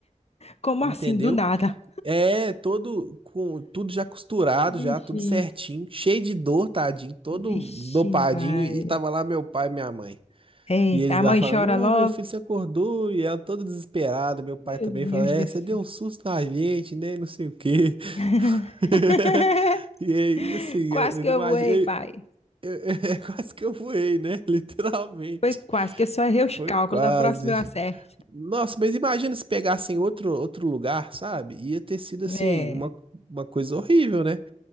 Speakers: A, on the left (about 50°); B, on the right (about 40°).
A: Como
B: entendeu?
A: assim, do nada?
B: É, todo, com tudo já costurado,
A: Bichinho,
B: já, tudo certinho, cheio de dor, tadinho, todo
A: vixe,
B: dopadinho,
A: Maria.
B: e tava lá meu pai e minha mãe.
A: Eita,
B: E eles
A: a
B: lá
A: mãe
B: falando,
A: chora
B: ô
A: logo.
B: meu filho, você acordou? E ela toda desesperada, meu pai
A: Meu
B: também
A: Deus
B: falando, é,
A: do
B: você
A: céu.
B: deu um susto na gente, né? E Não sei o quê.
A: <laughs>
B: <laughs> E aí, assim, eu,
A: Quase
B: eu
A: que
B: não
A: eu
B: imaginei.
A: voei, pai.
B: <laughs> É quase que eu voei, né? <laughs> Literalmente.
A: Foi quase que eu só errei os
B: Foi
A: cálculos.
B: quase.
A: Na próxima eu acerto.
B: Nossa, mas imagina se pegassem outro, outro lugar, sabe? Ia ter sido, assim,
A: É,
B: uma, uma coisa horrível, né?